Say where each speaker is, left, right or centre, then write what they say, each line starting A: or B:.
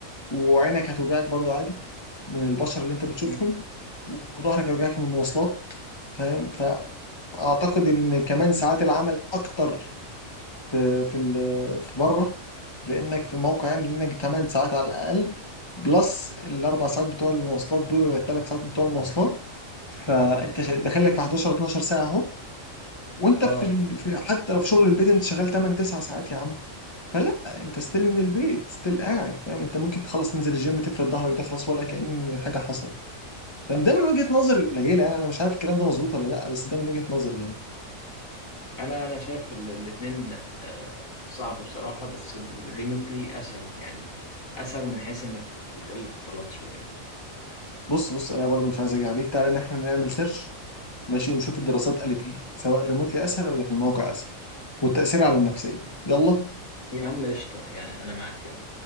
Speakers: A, on the left (about 20°); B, on the left (about 85°).
A: وعينك هتوجعك برضو عادي من البشر اللي انت بتشوفهم
B: مم.
A: وظهرك يوجعك من المواصلات فاهم فاعتقد ان كمان ساعات العمل اكتر في في ال- في بره لانك في الموقع يعني لانك 8 ساعات على الاقل بلس الاربع ساعات بتوع المواصلات دول ولا الثلاث ساعات بتوع المواصلات فانت شا- داخل لك في 11 12 ساعه اهو وانت
B: اه
A: في, ال- في حتى لو في شغل البيت انت شغال 8 9 ساعات يا عم فلا انت ستيل من البيت ستيل قاعد فاهم انت ممكن تخلص تنزل الجيم تفرد ظهرك ده خلاص ولا كأن حاجه حصلت فده من وجهة نظري القليلة يعني انا مش عارف الكلام ده مظبوط ولا لا بس ده من وجهة نظري يعني
B: انا انا شايف الاثنين صعب بصراحه بس الريموتلي اسهل يعني اسهل من حيث انك بت- بتقل اختلاط شويه
A: بص بص انا برضو مش عايز اجي عليك تعالى ان احنا نعمل سيرش ماشي ونشوف الدراسات قالت ايه سواء ريموتلي اسهل ولا في الموقع اسهل والتأثير على النفسية يلا
B: يا عم قشطه يعني انا معك يلا